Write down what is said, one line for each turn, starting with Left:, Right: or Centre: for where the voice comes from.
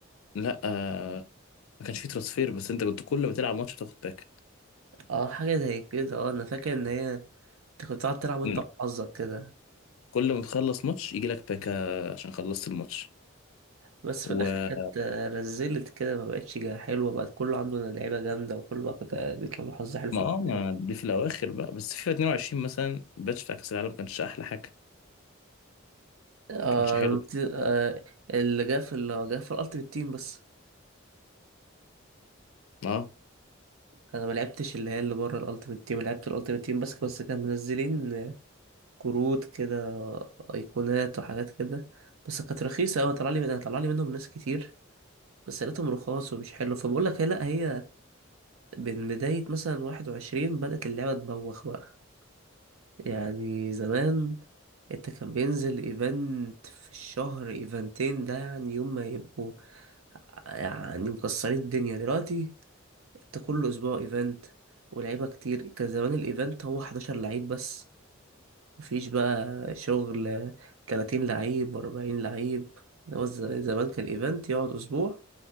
Left: لا آه. ما كانش فيه ترانسفير بس انت كنت كل ما تلعب ماتش بتاخد باك
Right: اه حاجة زي كده اه انا فاكر ان هي انت كنت تقعد تلعب وانت
Left: مم.
Right: وحظك كده
Left: كل ما تخلص ماتش يجي لك باكا عشان خلصت الماتش
Right: بس
Left: وما
Right: في الاخر كانت آه، رزلت كده ما بقتش جا- حلوه بقت كله عنده لعيبه جامده وكله بقى كانت- آه، بيطلع له حظ حلو في
Left: اه
Right: البداية.
Left: ما دي في الاواخر بقى بس فيفا 22 مثلا الباتش بتاع كاس العالم ما كانش احلى حاجه
Right: آه
Left: ما كانش حلو
Right: أنا مت- آه، اللي جه في اللي جه في الالتيمت تيم بس
Left: اه
Right: انا ما لعبتش اللي هي اللي بره الالتيمت تيم لعبت الالتيمت تيم بس بس كان منزلين آه، كروت كده آه، ايقونات وحاجات كده بس كانت رخيصه قوي طلع لي من- طلع لي منهم ناس كتير بس لقيتهم رخاص ومش حلو فبقول لك هي لا هي من بدايه مثلا 21 بدات اللعبه تبوخ بقى يعني زمان انت كان بينزل ايفنت في الشهر ايفنتين ده يعني يوم ما يبقوا يعني مكسرين الدنيا دلوقتي انت كل اسبوع ايفنت ولعيبه كتير كان زمان الايفنت هو 11 لعيب بس مفيش بقى شغل 30 لعيب 40 لعيب هو ز- زمان كان الايفنت يقعد اسبوع